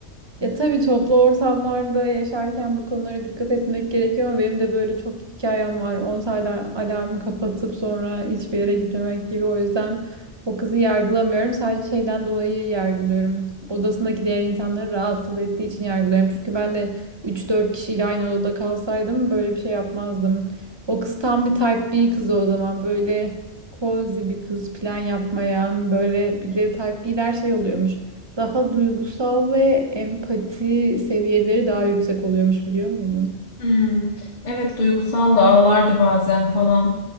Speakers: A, on the right (about 30°); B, on the left (about 50°).
A: Ya tabii toplu ortamlarda yaşarken bu konulara dikkat etmek gerekiyor ama benim de böyle çok hikayem var. 10 sayda alarmı kapatıp sonra hiçbir yere gitmemek gibi. O yüzden o kızı yargılamıyorum. Sadece şeyden dolayı yargılıyorum. Odasındaki diğer insanları rahatsız ettiği için yargılıyorum. Çünkü ben de 3-4 kişiyle aynı odada kalsaydım böyle bir şey yapmazdım. O kız tam bir type B kızı o zaman. Böyle cozy bir kız, plan yapmayan, böyle bir de type B'ler şey oluyormuş daha duygusal ve empati seviyeleri daha yüksek oluyormuş biliyor muydun?
B: Hmm, evet duygusal da ağlardı bazen falan.